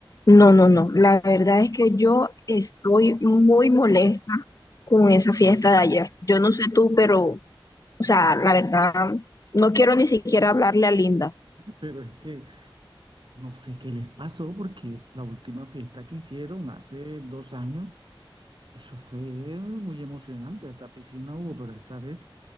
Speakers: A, on the left (about 40°); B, on the right (about 60°).
A: No, no, no. La verdad es que yo estoy muy molesta con esa fiesta de ayer. Yo no sé tú, pero, o sea, la verdad, no quiero ni siquiera hablarle a Linda.
B: Pero es que no sé qué les pasó porque la última fiesta que hicieron hace dos años, eso fue muy emocionante, hasta piscina hubo, pero esta vez